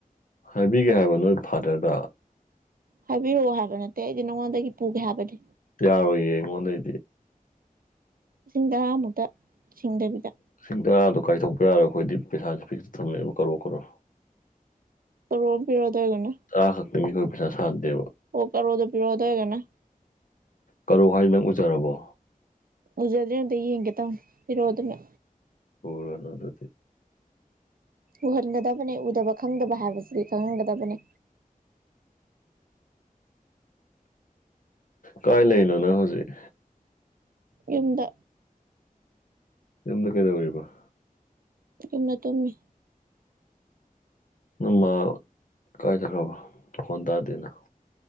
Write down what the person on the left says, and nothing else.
ꯍꯥꯏꯕꯤꯒꯦ ꯍꯥꯏꯕ ꯅꯣꯏ ꯐꯥꯗꯔꯗ
ꯌꯥꯔꯣꯏꯌꯦ ꯑꯩꯉꯣꯟꯗꯩꯗꯤ
ꯂꯤꯁꯤꯡ ꯇꯔꯥꯗꯣ ꯀꯥꯏꯗꯣꯛꯄ ꯌꯥꯔꯣꯏ ꯑꯩꯈꯣꯏꯗꯤ ꯄꯩꯁꯥꯁꯦ ꯐꯤꯛꯁꯇ ꯊꯃꯦꯕ ꯀꯔꯣꯔ ꯀꯣꯔꯣ
ꯇꯔꯥ ꯈꯛꯇꯪꯒꯤ ꯑꯩꯈꯣꯏ ꯄꯩꯁꯥ ꯁꯥꯗꯦꯕ
ꯀꯔꯣ ꯍꯥꯏꯁꯦ ꯅꯪ ꯎꯖꯔꯕꯣ
ꯎꯔꯥꯔꯣꯏ ꯑꯗꯨꯗꯤ
ꯀꯥꯏ ꯂꯩꯅꯣ ꯅꯪ ꯍꯧꯖꯤꯛ
ꯌꯨꯝꯗ ꯀꯩꯗꯧꯔꯤꯕ
ꯅꯪꯃꯥ ꯀꯥꯏꯆꯠꯈ꯭ꯔꯕ ꯃꯈꯣꯜ ꯇꯥꯗꯦꯅ